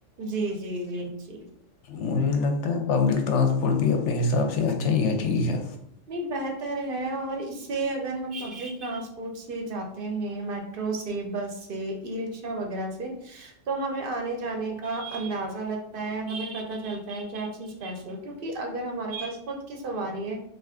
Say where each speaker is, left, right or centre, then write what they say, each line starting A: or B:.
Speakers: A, on the right; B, on the left.
A: جی جی جی جی
B: مجھے لگتا ہے پبلک ٹرانسپورٹ بھی اپنے حساب سے اچھا ہی ہے ٹھیک ہے
A: نہیں بہتر ہے اور اس سے اگر ہم پبلک ٹرانسپورٹ سے جاتے ہیں میٹرو سے بس سے ای رکشا وغیرہ سے تو ہمیں آنے جانے کا اندازہ لگتا ہے ہمیں پت چلتا ہے کیا چیز کیسے ہے کیونکہ اگر ہمارے پاس خود کی سواری ہے